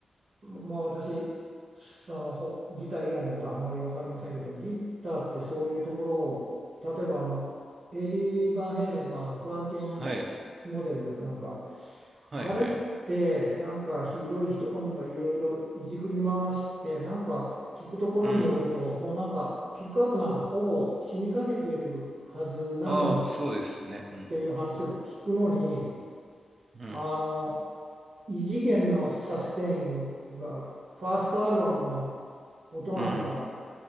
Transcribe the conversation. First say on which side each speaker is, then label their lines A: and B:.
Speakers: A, on the right; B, on the right.
A: まあ私、そのほギター以外のことはあまり分かりませんけど、ギターってそういうところを、例えばあの、エディ・バンヘイレンのあのフランケン
B: はい、
A: モデルなんか、
B: はい、
A: あれってなんかひどい人本人がいろいろいじくり回して、
B: はい。
A: なんか聞くところによると、
B: うん。
A: もうなんかピックアップなんかほぼ死にかけてるはずなのっ
B: ああ、そうですよね。うん、
A: ていう話を聞くのに、
B: うん、
A: あの、異次元のサステインがファーストアルバムの音なんか
B: うん、